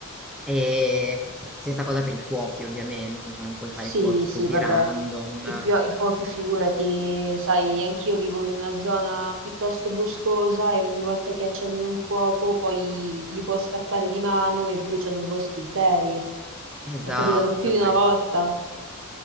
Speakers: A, in the centre; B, on the right.
A: E stessa cosa per i fuochi, ovviamente, cioè non puoi fare
B: Sì,
A: fuochi
B: sì,
A: così
B: vabbè,
A: random.
B: i, fio- i fuochi figurati, sai, anch'io vivo in una zona piuttosto boscosa e ogni volta che accendono un fuoco poi gli può scappare di mano e bruciano boschi interi.
A: Esatto,
B: È capitato più di
A: poi
B: una volta.